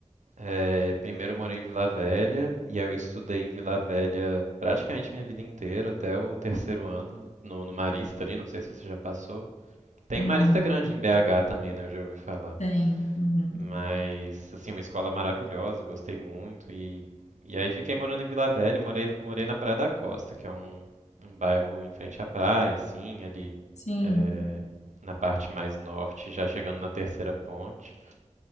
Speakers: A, on the right (about 85°); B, on the left (about 70°).
A: É, primeiro eu morei em Vila Velha, e aí eu estudei em Vila Velha praticamente minha vida inteira, até o terceiro ano, no, no Marista ali, não sei se você já passou. Tem
B: Não,
A: um Marista grande em BH também, né? Eu já ouvi falar.
B: tem. Uhum.
A: Mas, assim, uma escola maravilhosa, gostei muito. E, e aí fiquei morando em Vila Velha, morei, morei na Praia da Costa, que é um, um bairro em frente à praia, assim, ali
B: Sim,
A: é, na parte mais norte, já chegando na terceira ponte.